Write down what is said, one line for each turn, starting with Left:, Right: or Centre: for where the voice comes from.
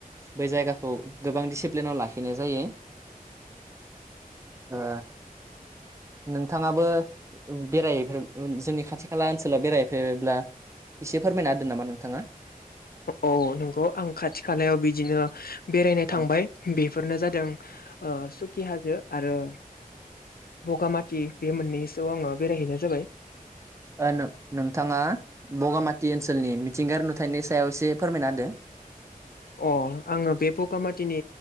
Right: बै जायगाखौ गोबां दिसिप्लिनाव लाखिनाय जायो। ओ
Left: <inaudible>
Right: नोंथाङाबो बेरायफेर ओ जोंनि खाथि खाला ओनसोलाव बेरायहैफेरबायब्ला एसे फोरमायना होदो नामा नोंथाङा?
Left: औ नंगौ आं खाथि खालायाव बिदिनो बेरायनो
Right: ओ
Left: थांबाय । बेफोरनो जादों ओ सुखि हाजो आरो बगामाथि बे मोननैसोआव आङो बेरायहैनाय जाबाय ।
Right: ओ नों-नोंथाङा बगामाथि ओनसोलनि मिथिंगारि नुथायनि सायाव एसे फोरमायना होदो
Left: अ आङो बे बगामाथिनि